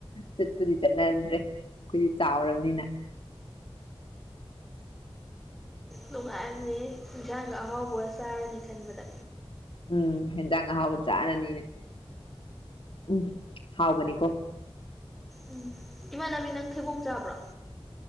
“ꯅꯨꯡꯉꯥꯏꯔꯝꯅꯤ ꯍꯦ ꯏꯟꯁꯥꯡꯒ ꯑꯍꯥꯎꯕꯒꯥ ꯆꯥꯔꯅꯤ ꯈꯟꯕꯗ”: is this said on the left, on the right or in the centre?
Centre